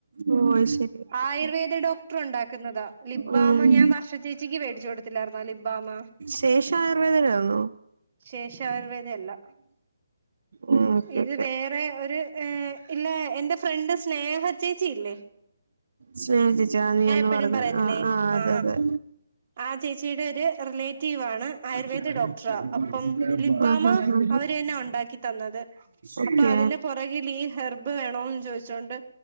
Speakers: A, on the right (about 65°); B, on the right (about 35°).
A: ഓ ശരി
B: ആയുർവേദ
A: ഓക്കെ
B: ഡോക്ടർ ഉണ്ടാക്ക ക്കുന്നതാ ലിബാമ്
A: ഉം
B: ഞാൻ വർഷച്ചേച്ചിക്ക്േടിച്ച കൊടുക്ക ചർ മലിബാമ
A: ശേഷം ആയുർവേദയിലാന്നോ
B: ശേഷയുർവേദ അല്ല
A: ഉം ഓക്കെ
B: ഇത്
A: ഓക്കെ
B: വേറെ ഒരു ഇല്ല എന്റെ ഫ്രണ്ട് സ്നേഹ ചേച്ചി ഇല്ലേ
A: സ്നേഹ ചേച്ചി
B: എപ്പോഴും
A: പറഞ്ഞ
B: പറയത്തില്ലേ
A: ആഹ് ആഹ്
B: ആ
A: അതെ അതെ
B: ആ ചേച്ചിയുടെ ഒരു റിലേറ്റ് റ്റീവണ് ആയുർവേദ
A: ആഹ് ആഹ്
B: ഡോക്ടറ അപ്പം ലിബാമ്
A: ആഹ് ആഹ്
B: അവര് തന്നെ ഉണ്ടാക്കി തന്നത്
A: ഓക്കെ
B: അപ്പൊ അതിന്റെ പുറകിൽ ഈ ഹെർബ് വേണോന്ന് ചോദിച്ചൊണ്ട്